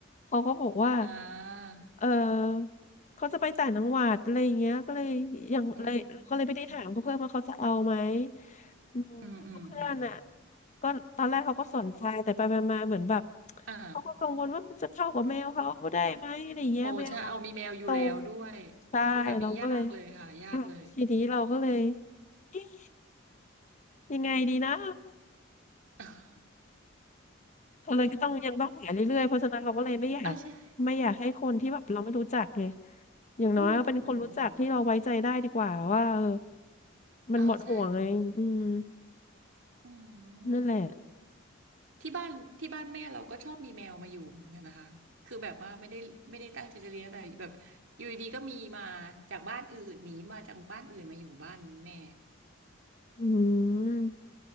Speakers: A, on the left; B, on the right.
A: เขาก็บอกว่า
B: อ่า
A: เออเขาจะไปต่างจังหวัดอะไรอย่างเงี้ยก็เลยยังเลยก็เลยไม่ได้ถามเขาเพิ่มว่าเขาจะเอาไหม
B: อืม
A: อืมเพื่อนอ่ะ
B: อืมอืมอืม
A: ก็ตอนแรกเขาก็สนใจแต่ไปไมาๆเหมือนแบบ
B: อ่า
A: เขาก็กังวลว่ามันจะเข้ากับแมวเขาได้ไหมอะไรเงี้ยแมวเขาเป็นแมวโต
B: โอ้ใช่เอามีแมวอยู่แล้วด้วย
A: ใช่เราก็เลย
B: โอ้แบบนี้ยากเลยค่ะยากเลย
A: อ่ะทีนี้เราก็เลยเอ๊ะยังไงดีนะ
B: <laughs>
A: เราเลยก็ต้องยังต้องหาเรื่อยๆเพราะฉะนั้นเราก็เลยไม่อยาก
B: เออเออใช่
A: ไม่อยากให้คนที่แบบเราไม่รู้จักไงอย่างน้อยก็เป็นคนรู้จักที่เราไว้ใจได้ดีกว่าว่าเออ
B: อืมอืมอืม
A: มันหมดห่วงไงอืม
B: อ่าใช่เนาะอืม
A: นั่นแหละ
B: ที่บ้านที่บ้านแม่เราก็ชอบมีแมวมาอยู่เหมือนกันนะคะคือแบบว่าไม่ได้ไม่ได้ตั้งใจจะเลี้ยงแต่แบบอยู่ดีๆก็มีมาจากบ้านอื่นหนีมาจากบ้านอื่นมาอยู่บ้านแม่
A: อืม